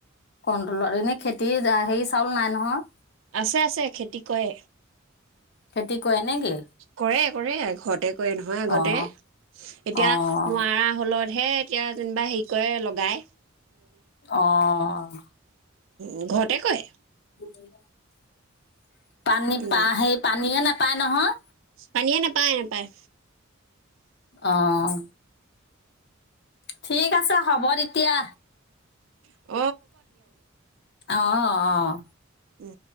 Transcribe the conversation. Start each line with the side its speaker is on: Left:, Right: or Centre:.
Left: কণ্টলৰ এনে খেতি হেৰি চাউল নাই নহয়।
Right: আছে আছে খেতি কৰে,,
Left: খেতি কৰে নেকি?
Right: কৰে কৰে কৰে ঘৰতে কৰে নহয় আগতে,
Left: অ',
Right: এতিয়া
Left: অ',
Right: নোৱাৰা হলতহে এতিয়া যেনিবা হেৰি কৰে লগাই।
Left: অহ
Right: উ ঘৰতে কৰে
Left: <unintelligible> পানী
Right: উম
Left: প সেই পানীয়েে নাপ <unintelligible> পায় নহয়
Right: পনীয়ে নেপায় নাপায়
Left: অঁ ঠিক আছে। হব্ এতিয়া
Right: উ <unintelligible>
Left: অঁ অ অঁ
Right: উম